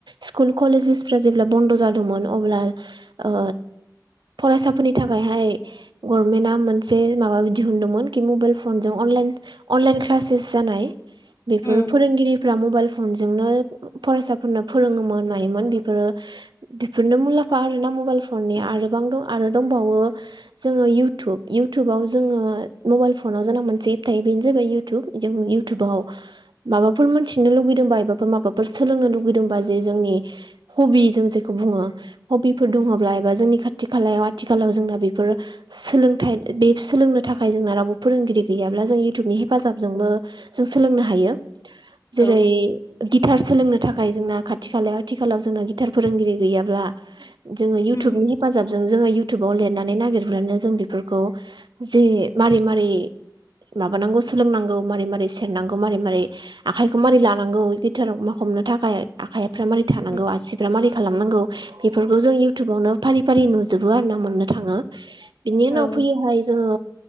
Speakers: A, on the right; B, on the left.
A: स्कुल कलेजेसफोरा जेब्ला बन्द' जादोंमोन अब्ला ओ फरायसाफोरनि थाखायहाय गरमेन्टआ मोनसे माबा दिहुनदोंमोन कि मबाइल फनजों अनलाइन अनलाइन क्लासेच जानाय बेफोर
B: उम
A: फोरोंगिरिफ्रा मबाइल फनजोंनो फरायसाफोरनो फोरोङोमोन मायोमोन बेफोरो बेफोरनो मुलाम्फा आरोना मबाइफननि आरोबां आरो दंबावो जोङो इउतुब इउतुबआव जोङो मबाइल फनाव जोंना मोनसे एप थायो बेनो जाबाय इउटुब जों इउटुबाव माबाफोर मोनथिनो लुगैदोंबा एबा माबाफोर सोलोंनो लुगैदोंबा जे जोंनि हबि जों जेखौ बुङो हबिफोर दङब्ला एबा जोंनि खाथि खालायाव आथिखालाव जोंना बेफोर सोलोंथाय बे सोलोंनो थाखाय जोंना रावबो फोरोंगिरि गैयाब्ला जों इउटुबनि हेफाजाबजोंबो जों सोलोंनो हायो जेरै
B: औ
A: गिटार सोलोंनो थाखाय जोंना खाथि खालायाव आथिखालाव जोंना गिथार फोरोंगिरि गैयाब्ला जोङो इउटुबनि
B: उम
A: हेफाजाबजों जोङो इयउथुबाव लिरनानै नागिरबानो जों बेफोरखौ जे मारै मारै माबानांगौ सोलोंनांगौ मारै मारै सेरनांगौ मारै मारै आखाइखौ मारै लानांगौ गिटार मा हमनो थाखाय आखाइ फोरा मारै थानांगौ
B: उम
A: आसिफ्रा मारै खालामनांगौ बेफोरखौ जों इउथुबावनो फारि फारि नुजोबो आरो ना मोननो थाङो। बिनि
B: औ
A: उनाव
B: उम
A: फैयोहाय जोङो